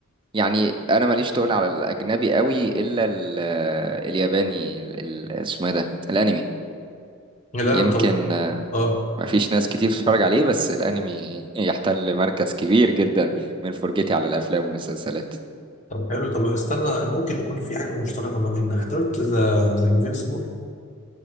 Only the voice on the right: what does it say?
يعني انا ماليش تقول على الاجنبي قوي الا ال- الياباني ال- ال- اسمه ايه ده الانمي
يمكن
آه،
ما فيش ناس كتير بتتفرج عليه بس الانمي <laughs> يحتل مركز كبير جدا من فرجتي على الافلام والمسلسلات